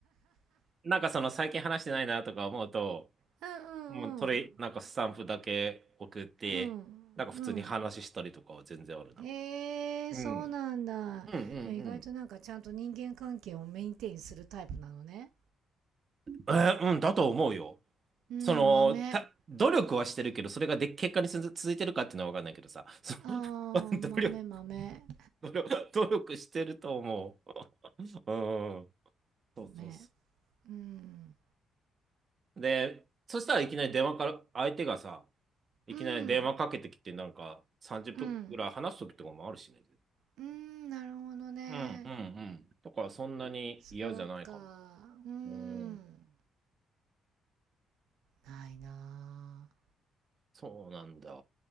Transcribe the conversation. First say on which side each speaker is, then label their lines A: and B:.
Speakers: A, on the right (about 40°); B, on the right (about 85°).
A: <laughs> なんかその最近話してないなとか思うと、
B: うんうんうん。
A: もうそれ、なんかスタンプだけ送って、
B: うんうん。
A: なんか普通に話したりとかは全然あるな。
B: ええそうなんだ。
A: うん。うんうんう
B: いや、意外となんかちゃんと人間関係をメインテインするタイプなのね。
A: ん。えーうんだと思うよ。
B: うん、
A: その、
B: 豆。
A: た、努力はしてるけど、それがで、結果につ続いてるかっていうのは分かんないけどさ、その
B: ああ、
A: <laughs>
B: 豆、
A: 努力、
B: 豆。
A: <laughs> 努力、<laughs> 努力してると思う。うん。そうそうそ
B: 豆。うん。
A: う。で、そしたらいきなり電話から、相手がさ、いきなり電話かけてきて、
B: うん。
A: なんか30分ぐらい話すときとかもあるしね。
B: うん。うん、なるほどね。
A: うんうんうん。だからそんなに嫌じゃないかも。
B: そうか。うん。
A: うん、
B: ないなあ。
A: そうなんだ。